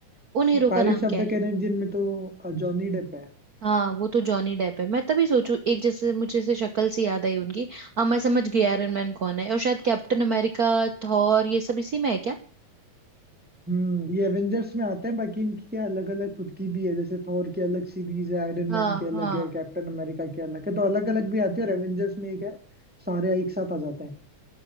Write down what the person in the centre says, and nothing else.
पायरेट्स
ऑफ
द
कैरेबियन में तो जॉनी डेप है
हम्म ये एवेंजर्स में आते हैं बाकी इनकी क्या अलग अलग खुद की भी है जैसे थॉर की अलग सीरीज है आयरन
मैन की अलग
है कैप्टन अमेरिका की अलग है तो अलग अलग भी आती है और एवेंजर्स में एक है सारे एक साथ आ जाते हैं